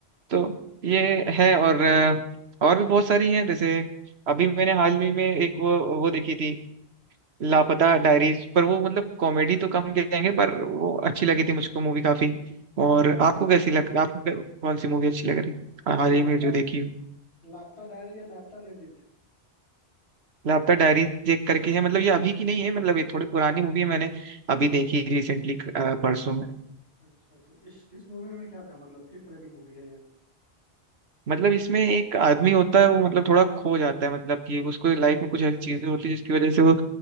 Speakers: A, on the right; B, on the left.
A: तो ये है और अ, और भी बहुत सारी हैं जैसे अभी मैंने हाल ही में एक वो वो देखी थी लापता डायरीज पर वो मतलब कॉमेडी तो कम कहेंगे पर वो अच्छी लगी थी मुझको मूवी काफी और
B: लाप
A: आपको कैसी लग आपको कौन सी मूवी अच्छी लग रही हाल ही
B: लापता
A: में जो देखी हो
B: लापता डायरी या लापता लेडीज
A: लापता डायरी चेक करके है मतलब ये अभी की नहीं है मतलब ये थोड़ी पुरानी मूवी है मैंने अभी देखी रिसेंटली परसों में
B: अच्छा अच्छा इस इस मूवी में क्या था मतलब किस तरह की मूवी है ये
A: मतलब इसमें एक आदमी होता है वो मतलब थोड़ा खो जाता है मतलब कि उसको लाइफ में कुछ ऐसी चीजें होती है जिसकी वजह से वो